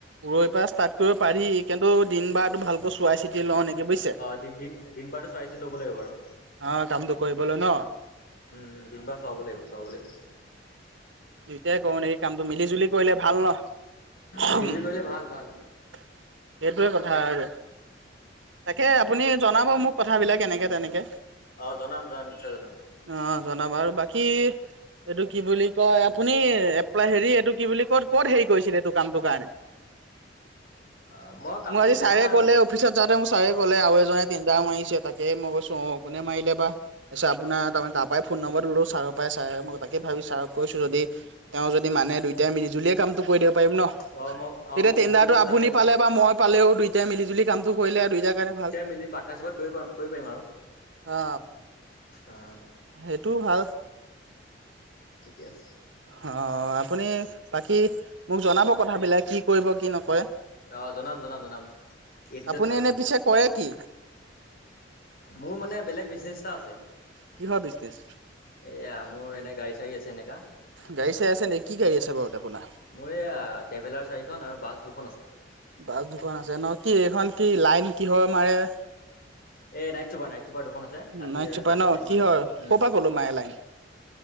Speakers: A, on the right (about 85°); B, on the left (about 55°).
A: পৰখি পৰা ষ্টাৰ্ট কৰিব পাৰি কিন্তু দিন বাৰটো ভালকৈ চোৱাই চিটি লওঁ নেকি বুজিছে।
B: অ দিন দিন দিন বাৰটো চোৱাই চিটি লব লাগিব বাৰু
A: অ কামটো কৰিবলৈ ন
B: উম দিন বাৰ চোৱাব লাগিব চোৱাব লাগিব
A: দুইটাই কৰো নেকি কামটো মিলি জুলি কৰিলে ভাল ন সেইটোৱে
B: মিলি জুলি কৰিলে ভাল ভাল
A: কথা আৰু তাকে
B: অ',
A: আপুনি জনাব মোক কথাবিলাক এনেকে তেনেকে
B: অ জনাম জনাম নিশ্চয় জনাম
A: অ জনাব আৰু বাকী এইটো কি বুলি কয় আপুনি এপ্লাই হেৰি এইটো কি বুলি কয় ক'ত হেৰি কৰিছিলে এইটো কামটোৰ কাৰণে
B: অ', কামটো
A: মই আজি
B: এইফালে
A: ছাৰে
B: আমাৰ
A: ক'লে অফিচত যাওঁতে ম ছাৰে ক'লে আৰু এজনে টেণ্ডাৰ মাৰিছে তাকে মই কৈছো অ', কোনে মাৰিলে বা কৈছে আপোনাৰ তাৰমানে তাৰ পৰাই ফ ফোন নম্বলো ছাৰৰ পৰাই ছাৰে মই তাকে ভাবি ছাৰক কৈছো যদি তেওঁ যদি মানে দুইটাই মিলজুলিয় কামটো দিব পাৰি ন। এতিয়া
B: অ', মই অ', মই
A: টেণ্ডাৰটো
B: অফিচলৈ গৈছো
A: আপুনি
B: তাতে মানে
A: পালে বা মই পালেও দুইটাই মিলি জুলি কামতটো কৰিলে দুইটাৰ কাৰণে ভাল।
B: মি পাৰ্নাৰশিপত কৰি পাৰিম আৰু
A: অ
B: অ',
A: সেইটো ভাল।
B: ঠিকে আছে
A: অ আপুনি বাকী মোক জনাব কথাবিলাক কি কৰিব কি নকৰে।
B: আহ জনাম জনাম জনাম এইটোতে
A: আপুনি
B: জনাই দিম
A: এনে
B: তেনেকে
A: পিছে কৰে কি
B: মোৰ মানে বেলেগ বিজনেচ এটা আছে
A: কি হয় বিচনেছ
B: এয়া মোৰ এনে গাড়ী চাড়ী আছে এনেকা।
A: গাড়ী চাড়ী আছে নেকি কি গাড়ী আছে বাৰু
B: অ
A: আপোনাৰ
B: মোৰ এইয়া ট্ৰেভেলাৰ চাৰিখন আৰু বাছ দুখন আছে।
A: বাছ দুখন আছে ন কি এইখন কি লাইন কিহৰ মাৰে?
B: এই নাইট চুবাৰ নাইট চুবাৰ দুখন আছে ৰাতি
A: নাইট চুপাৰ
B: ৰাতি
A: ন
B: লাইন
A: কিহৰ
B: মাৰে উম।
A: ক'ৰ পৰা ক'লৈ মাৰে লাইন